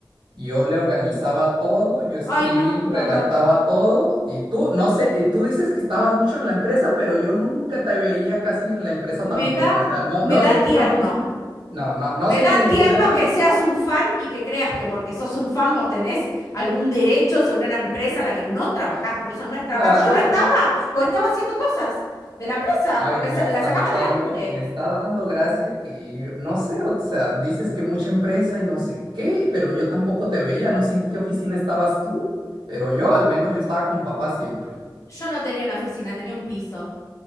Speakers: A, on the right; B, on the left.
A: Yo le organizaba todo, yo escribía,
B: Ay, no,
A: y
B: no,
A: redactaba
B: no.
A: todo y tú, no sé, y tú dices que estabas mucho en la empresa, pero yo nunca te veía casi en la empresa tampoco.
B: Me da,
A: O sea, no, no
B: me
A: sé
B: da
A: en
B: tierno.
A: qué oficina, no, no, no
B: Me
A: sé
B: da
A: ni en
B: tierno
A: qué oficina,
B: que seas un fan y que creas que porque sos un fan vos tenés algún derecho sobre una empresa en la que no trabajaste, por eso no es trabajar.
A: no,
B: Yo no estaba,
A: no.
B: porque estaba haciendo cosas de la empresa,
A: Ay,
B: porque
A: no,
B: sa- la
A: hasta
B: sacaba
A: me está
B: adelante.
A: dando, me está dando gracia que yo- no sé, o sea, dices que mucha empresa y no sé qué, pero yo tampoco te veía, no sé en qué oficina estabas tú, pero yo al menos yo estaba con papá siempre.
B: Yo no tenía una oficina, tenía un piso.